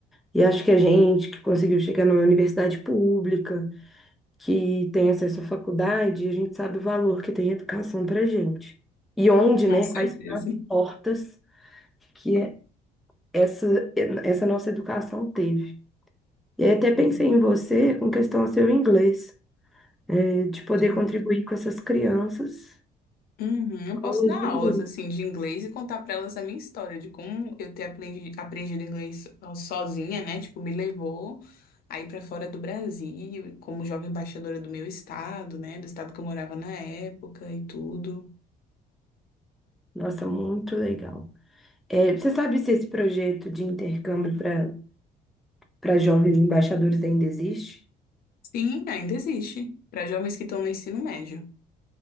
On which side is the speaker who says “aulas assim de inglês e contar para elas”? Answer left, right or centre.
Left